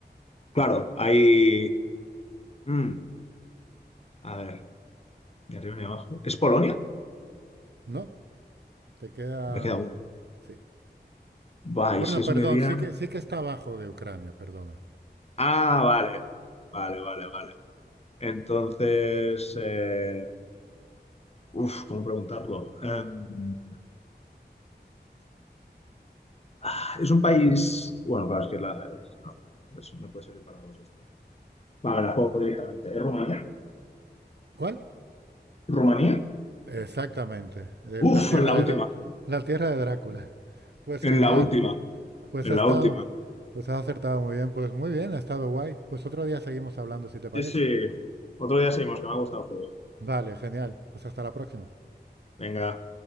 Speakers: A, on the left; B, on the right.
A: claro, hay... mm, a ver, ni arriba ni abajo. ¿Es Polonia?
B: No, te queda.
A: Me queda uno.
B: Sí.
A: Va,
B: Bueno,
A: y si
B: perdón,
A: es mediano...
B: sí que, sí que está abajo de Ucrania, perdona.
A: Ah, vale. Vale, vale, vale. Entonces... em, Uf, ¿cómo preguntarlo? Em, ah, es un país. Bueno, claro, es que la. No, eso me puede servir para dos esto. Vale, la juego directamente. ¿Es Rumanía?
B: ¿Cuál?
A: ¿Rumanía?
B: Exactamente, eh,
A: Uf,
B: la tierra
A: en la
B: de,
A: última.
B: Drá- la tierra de Drácula. Pues
A: En
B: genial.
A: la última.
B: Pues
A: En
B: ha estado,
A: la última.
B: pues has acertado muy bien, pues muy bien, ha estado guay. Pues otro día seguimos hablando, si te parece.
A: Sí, sí. Otro día seguimos, que me ha gustado el juego.
B: Vale, genial. Pues hasta la próxima.
A: Venga.